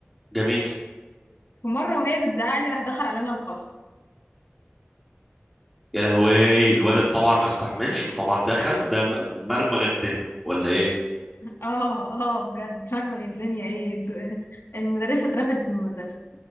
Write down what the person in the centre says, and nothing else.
جميل
يا لهوي الولد طبعا ما استحملش وطبعا دخل ده م- مرمغ الدنيا ولا ايه